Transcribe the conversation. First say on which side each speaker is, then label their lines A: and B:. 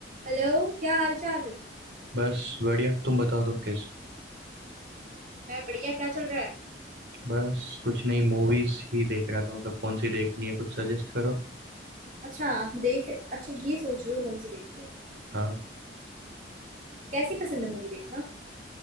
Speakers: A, on the right; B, on the right.
A: Hello क्या हाल चाल
B: बस बढ़िया तुम बताओ तुम कैसे
A: मैं बढ़िया क्या चल रहा है
B: बस कुछ नहीं मूवीज ही देख रहा था मतलब कौन सी देखनी है कुछ सजेस्ट करो
A: अच्छा देख अच्छा ये सोच रही हूँ कौन सी देखनी है
B: हाँ
A: कैसी पसंद है मूवी देखना